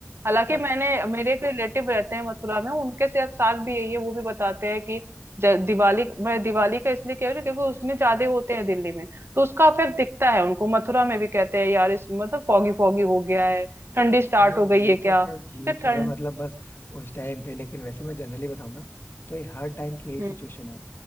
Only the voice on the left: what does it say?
बट
नहीं
ये
तो खैर ठीक
है मतलब बस उस टाइम पे लेकिन वैसे मैं जनरली बताऊँ ना तो ये हर टाइम की यही
सिचुएशन है